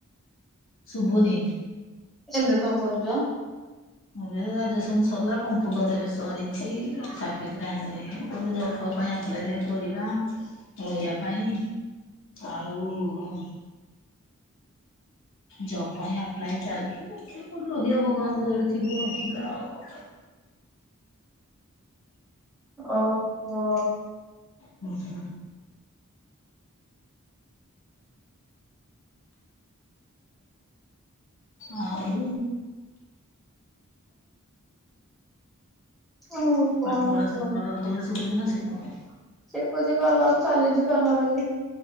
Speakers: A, on the left; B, in the centre.
A: ସୁବୁନି।
B: ଏବେ କଣ କରୁଛ?
A: ଏ ଗ୍ରାଜୁଏସନ ସରିଲା କମ୍ପୁଟର ଏଇନେ ସରିଛି ସାର୍ଟିଫିକେଟ ଆଣିଲେ କୋଉଠି ଜ ବ ପାଇଁ ଆପ୍ଲାଏ ଦେଖିଆ କରିବା ରହିବା ପାଇଁ ଆଉ। ଜବ ପାଇଁ ଆପ୍ଲାଏ ଚାଲିଛି ଦେଖିଆ କୋଉଠି ରହିବା ଭଗବାନଙ୍କ ଯୋଉଟେ ଥିବ ରହିବା ଆଉ।
B: ଓ ହୋ।
A: ହ ହ ଆଉ।
B: ହଉ କଣ
A: ପାଠ ପଢା
B: କୁହ
A: କଲର ଫଲର ଶିଖୁଛି ନା ଶିଖୁନି?
B: ଶିଖୁଛି ପାର୍ଲର ଚାଲିଛି ପାର୍ଲର ବି।